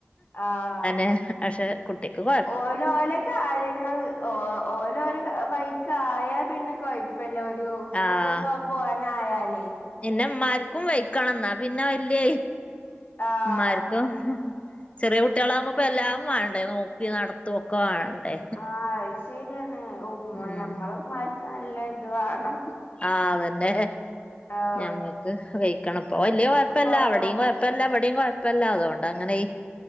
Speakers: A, on the left; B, on the left.
A: ആഹ്
B: ഏഹ് പശെ കുട്ടിക്ക് കൊ
A: ഓല് ഓലെ കാര്യ ങ്ങൾ ഓ ഓര് വഴിക്ക് ആയാ പിന്നെ കൊഴപ്പല്ല. ഒരു സ്കൂക്കൊക്കെ
B: ആഹ്
A: പോവാനായാലേ
B: പിന്നെ ഇമ്മാര്ക്കും വെയ്ക്കണം ന്നാ പിന്നെ വല്യ
A: ആഹ്
B: ഇമ്മാര്ക്കും ചെറിയ കുട്ട്യാളാവുമ്പോ ഇപ്പോ എല്ലാം വാണ്ടേ നോക്കി നട്ത്തൊക്കെ വാണ്ടേ
A: ആഹ് അയ് ശരിയാണ്. ഉമ്മ
B: ഉം
A: ഞമ്മള ഉമ്മാര്ക്ക് നല്ല ഇത് വാണം.
B: ആഹ് അതന്നെ
A: ആഹ്
B: ഞമ്മക്ക് വെയ്ക്കണം. പ്പൊ വല്ല്യ കൊയ്പ്പല്ല
A: പൊറകെ
B: അവിടിം
A: വന്ന്
B: കൊഴ പ്പല്ലാ ഇവിടിം കൊഴ്പ്പല്ല അതുകൊണ്ട് അങ്ങനെയി